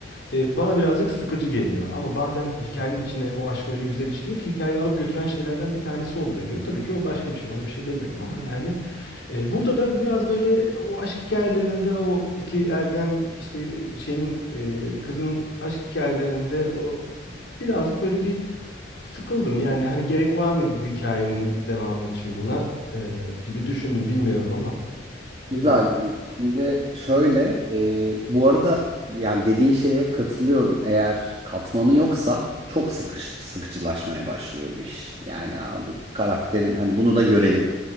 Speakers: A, on the left; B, on the right.
A: e, bana birazcık sıkıcı geliyor. Ama bazen hikayenin içine o aşk öyle güzel işliyor ki hikayeyi alıp götüren şeylerden bir tanesi oluveriyor. Tabii ki o başka bir şey. Ona bir şey demiyorum ama yani e, Burada da biraz böyle o aşk hikayelerinde o iki ergen işte şeyin e, kızın aşk hikayelerinde o birazcık böyle bir sıkıldım. Yani
B: Hı.
A: hani gerek var mıydı bu hikayenin devamı için buna e, gibi düşündüm bilmiyorum ama öylesin.
B: Güzel. Şimdi şöyle, e, bu arada yani dediğin şeye katılıyorum. Eğer katmanı yoksa çok sıkış, sıkıcılaşmaya başlıyor bu iş. Yani abi karakterin hani bunu da görelim.